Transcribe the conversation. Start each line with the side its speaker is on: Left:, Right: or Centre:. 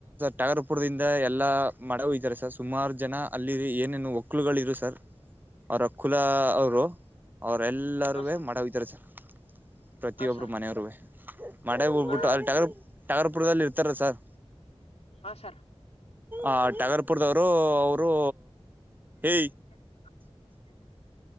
Right: ಟಗರ್ಪುರ್ದಿಂದ ಎಲ್ಲಾ ಮಡ ಹೋಯ್ತರ್ ಸರ್ ಸುಮಾರ್ ಜನ ಅಲ್ಲಿ ಏನೇನು ಒಕ್ಲುಗಳಿದು ಸರ್. ಅವ್ರ ಕುಲ ಅವ್ರು, ಅವ್ರ್ ಎಲ್ಲರುವೆ
Left: ಹಾ ಸರ್
Right: ಮಡ ಓಯ್ತಾರೆ ಸರ್. ಪ್ರತಿಯೊಬ್ರು
Left: ಹಾ ಸರ್
Right: ಮನೆಯೋರುವೆ, ಮಡೆಗ್ ಹೋಗ್ಬಿಟ್ಟು
Left: ಹಾ
Right: ಅಲ್ಲಿ ಟಗರ್ ಟಗರ್ಪುರ್ದಲ್ಲಿ ಇರ್ತಾರೆ ಸರ್
Left: ಹ ಸ್
Right: ಆಹ್ ಟಗರ್ಪುರ್ದೋರು ಅವ್ರು, ಏ
Left: <inaudible>